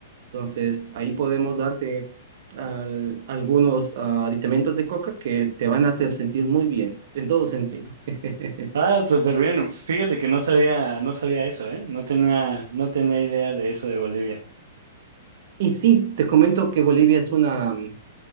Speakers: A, on the right (about 60°); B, on the right (about 75°).
A: Entonces, ahí podemos darte al- algunos ah, aditamentos de coca que te van a hacer sentir muy bien, en todo sentido. <laughs>
B: Ah, súper bien. Fíjate que no sabía, no sabía eso, ¿eh? No tenía, no tenía idea de eso de Bolivia.
A: Y sí, te comento que Bolivia es una, mm,